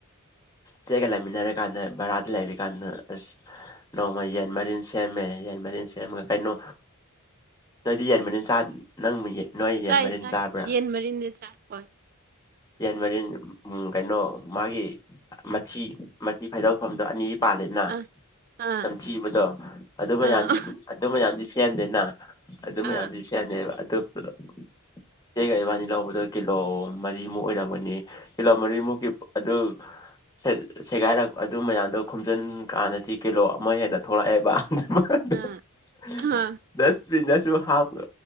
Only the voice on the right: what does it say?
ꯆꯥꯏ
ꯆꯥꯏ
ꯌꯦꯟ ꯃꯔꯤꯟꯗꯤ ꯆꯥꯏ ꯍꯣꯏ
ꯑꯥ ꯑꯥ
ꯑꯥ
ꯑꯥ
ꯑꯥ ꯑꯥ